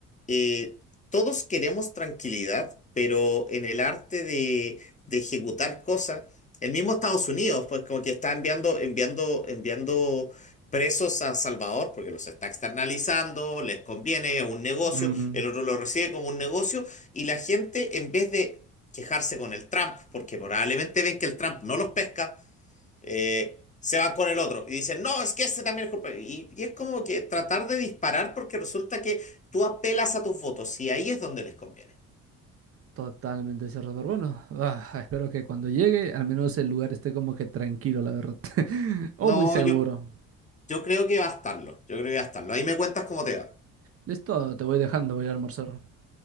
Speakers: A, on the left; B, on the right.
A: eh, todos queremos tranquilidad, pero en el arte de, de ejecutar cosas, el mismo Estados Unidos, pues como que está enviando, enviando, enviando presos a Salvador porque los está externalizando, les conviene, es un negocio,
B: Mm,
A: el otro lo recibe como un negocio. Y la gente, en vez de quejarse con el Trump, porque probablemente ven que el Trump no los pesca, eh, se van con el otro y dicen, no, es que ese también es culpable. Y, y es como que tratar de disparar porque resulta que tú apelas a tus votos y ahí es donde les conviene.
B: Totalmente cerrado. Bueno, ah, espero que cuando llegue, al menos el lugar esté como que tranquilo, la verdad. <laughs> O
A: No,
B: muy seguro.
A: yo, yo creo que va a estarlo, yo creo que va a estarlo. Ahí me cuentas cómo te va.
B: Listo, te voy dejando, voy a almorzar.